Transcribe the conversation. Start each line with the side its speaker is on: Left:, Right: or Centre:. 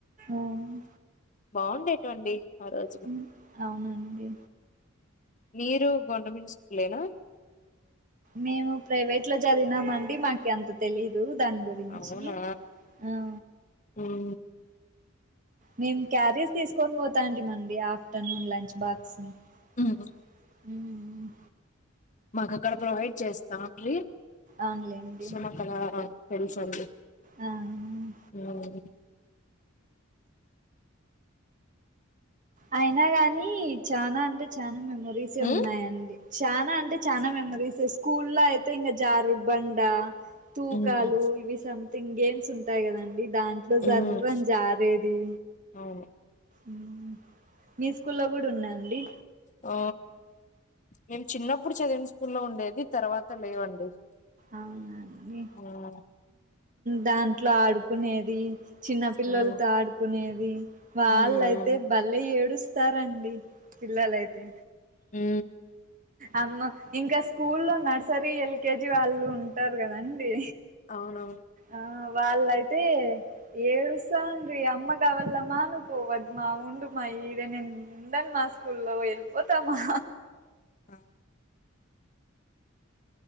Right: ఉమ్
Left: బావుండేటివండి ఆ రోజు
Right: హ్మ్. అవునండి.
Left: మీరు గవర్నమెంట్ స్కూలేనా
Right: మేము ప్రైవేట్ లో చదివినాం అండి, మాకు ఎంత తెలీదు దాని గు రించి
Left: అవునా
Right: ఆ
Left: ఉమ్
Right: మేం క్యారీస్ తీస్కొని పోత్ న్డామండి afternoon lunch box um
Left: um మాక్ అక్కడ ప్రొవైడ్ చేస్తా అండి,
Right: అవునులేండి
Left: సో మాకు అలా తెలుసండి.
Right: ఆ ఆ!
Left: ఉమ్మ్
Right: అయినా గాని చానా అంటే, చానా మెమరీసే
Left: ఉమ్
Right: ఉన్నాయండి. చానా అంటే చానా మెమరీసేస్, స్కూల్లో అయితే ఇంగా జారుడుబండ, తూకాలు
Left: ఉమ్
Right: ఇవి సమ్ థింగ్ గేమ్స్ ఉంటాయి కదండి, దాంట్లో
Left: ఉమ్.
Right: జర్రని జారేది.
Left: అవును
Right: ఉమ్ మీ స్కూ లో గుడా ఉన్నాఅండి.
Left: ఆ మేం చిన్నప్పుడు చదివిన స్కూల్లో ఉండేది, తర్వాత లేవండి.
Right: అవునండి
Left: ఉమ్
Right: దాంట్లో ఆడుకునేది చిన్న పిల్లలతో
Left: ఉమ్
Right: ఆడుకునేది వాళ్ళైతే
Left: ఉమ్
Right: బలే ఏడుస్తారండి పిల్లలైతే
Left: ఉ
Right: అమ్మ ఇంకా స్కూల్లో నర్సరీ ఎల్కేజీ వాళ్ళు ఉంటారు. కదండి
Left: అవును
Right: ఆ వాళ్ళయితే ఏడుస్తా ఉండ్రి అమ్మగవలమ్మ నువ్వు పోవదమ్మ ఉం మా ఇదే నెన్ ఉందండి మా స్కూల్లో వెళ్ళిపోతామా
Left: ఆ